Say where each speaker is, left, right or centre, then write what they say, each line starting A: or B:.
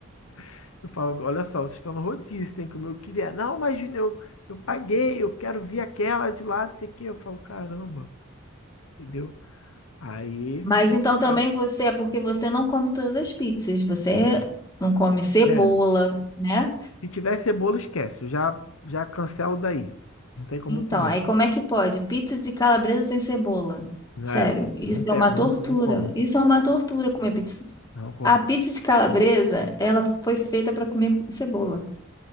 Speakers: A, on the left; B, on the left.
A: <laughs> eu falo, olha só, vocês estão no rodízio, tem que comer o que vier. Não, mas Júnior, eu, eu paguei, eu quero vir aquela de lá, não sei o quê. Eu falo, caramba, entendeu? Aí
B: Mas
A: fica complicado.
B: então também você é porque você não come todas as pizzas. Você não come cebola,
A: É,
B: né?
A: se tiver cebola, esquece, eu já, já cancelo daí. Não tem como
B: Então,
A: comer.
B: aí como é que pode? Pizza de calabresa sem cebola.
A: É,
B: Sério, isso
A: não, pe-
B: é uma
A: não,
B: tortura.
A: não como.
B: Isso é uma tortura comer pizza.
A: Não como.
B: A pizza de calabresa, ela foi feita para comer com cebola.